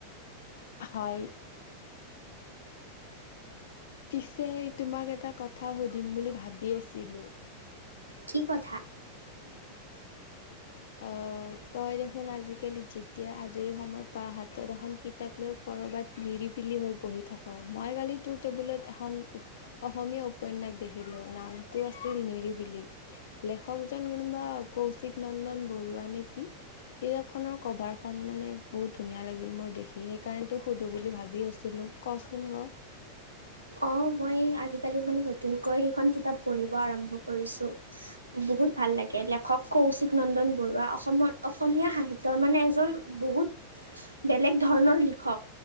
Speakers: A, on the left (about 60°); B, on the right (about 80°).
A: হয়। পিছে, তোমাক এটা কথা সুধিম বুলি ভাবি আছিলো।
B: কি <inaudible>
A: আহ, তই দেখোন আজিকালি যেতিয়া আজৰি সময়ত পাওঁ হাতত এখন কিতাপ লৈ কৰবাত নিৰিবিলি হৈ পঢ়ি থাক। মই কালি তোৰ টেবুলত এখন অসমীয়া উপন্যাস দেখিলো নামটো আছিল নিৰিবিলি, লেখকজন কোনোবা কৌশিক নন্দন বৰুৱা নেকি, কিতাপ খনৰ কভাৰখন মানে বহুত ধুনীয়া লাগিল মোৰ দেখি। সেইকাৰণে তোক সুধো বুলি ভাবি আছিলো, ক'চোন ক'।
B: অ', মই আজি <unintelligible> মানে নতুনকৈ সেইখন কিতাপ পঢ়িব আৰম্ভ কৰিছো। বহুত ভাল লাগে হক কৌশিক নন্দন বৰুৱা, অসম-অসমীয়া সাহিত্যৰ মানে এজন বহুত বেলেগ ধৰণৰ লিখক।